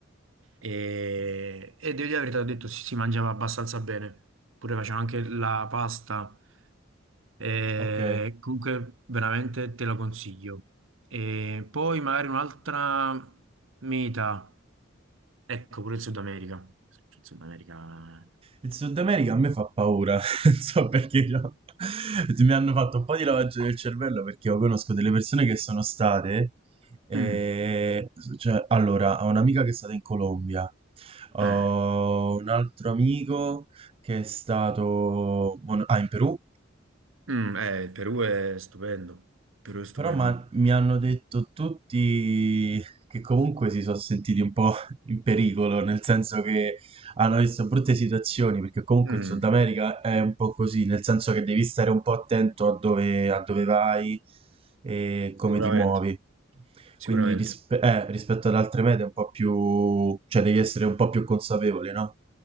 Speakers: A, on the right; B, on the right.
A: E, e devo dire la verità, ho detto si, si mangiava abbastanza bene. Pure facevano anche la pasta. E
B: ok.
A: comunque veramente te lo consiglio. E poi magari un'altra meta. Ecco, pure il Sud America. Il Sud America.
B: Il Sud America a me fa paura, <laughs> non so perché già- mi hanno fatto un po' di lavaggio del cervello perché io conosco delle persone che sono state, e,
A: Mm,
B: cioè, allora, ho un'amica che è stata in Colombia, ho
A: eh,
B: un altro amico che è stato, ah, in Perù,
A: mm, eh, il Perù è stupendo. Il Perù è stupendo.
B: però ma- mi hanno detto tutti che comunque si sono sentiti un po' <laughs> in pericolo, nel senso che hanno visto brutte situazioni, perché comunque
A: Mm,
B: il Sud America è un po' così, nel senso che devi stare un po' attento a dove, a dove vai e come
A: sicuramente,
B: ti muovi.
A: sicuramente.
B: Quindi rispe- eh, rispetto ad altre mete è un po' più, cioè devi essere un po' più consapevole, no?